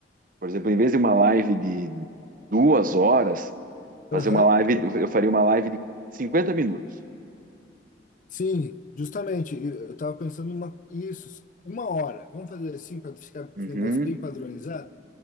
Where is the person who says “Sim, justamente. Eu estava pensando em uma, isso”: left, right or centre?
Left